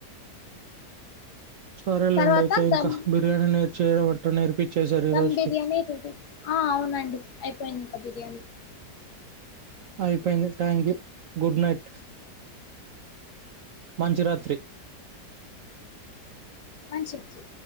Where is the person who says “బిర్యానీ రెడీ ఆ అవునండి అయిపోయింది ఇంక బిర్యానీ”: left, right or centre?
Left